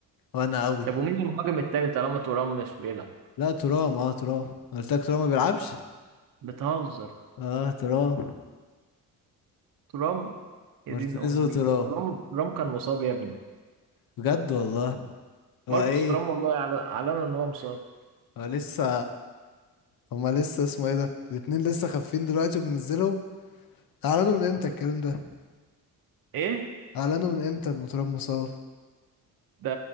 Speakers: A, on the left; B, on the right.
A: وانا قوي
B: طب ومين المهاجم التاني طالما ترام مش بيلعب
A: لا ترام اه ترام قلت لك ترام ما بيلعبش
B: بتهزر
A: اه ترام
B: ترام يا
A: مارتينيز
B: دين امي
A: وترام
B: ترام ترام كان مصاب يا ابني
A: بجد والله هو
B: ماركوس
A: ايه
B: ترام والله أعل- اعلن ان هو مصاب
A: هو لسه هما لسه اسمه ايه ده الاتنين لسه خافين دلوقتي وبنزلهم اعلنوا من امتى الكلام ده
B: ايه
A: اعلنوا من امتى ان تراب مصاب
B: ده